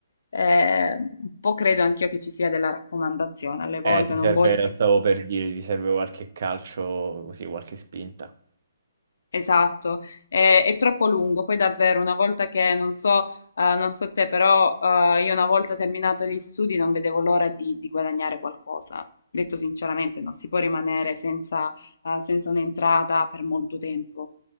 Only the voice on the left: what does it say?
eh, un po' credo anch'io che ci sia della raccomandazione, alle
volte
non
voglio...
Esatto, eh, è, troppo lungo, poi davvero una volta che, non so, eh, non so te, però eh, io una volta terminato gli studi non vedevo l'ora di, di guadagnare qualcosa. Detto sinceramente, non si può rimanere senza, eh, senza un'entrata per molto tempo.